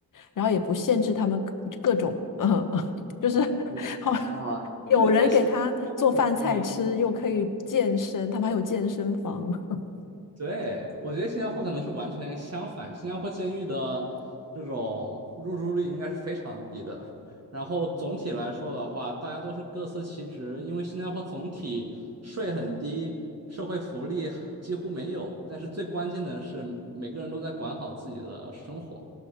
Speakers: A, on the left; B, on the right.
A: 然后也不限制他们各各种，<laughs> 嗯，就是
B: 明白啊，
A: <laughs> 好。有人给他做饭菜吃，
B: 因为在新新加坡可能，嗯，
A: 又可以健身，他们还有健身房。<laughs>
B: 对，我觉得新加坡可能是完全相反，新加坡监狱的这种入住率应该是非常低的。然后总体来说的话，大家都是各司其职，因为新加坡总体税很低，社会福利几乎没有，但是最关键的是每个人都在管好自己的生活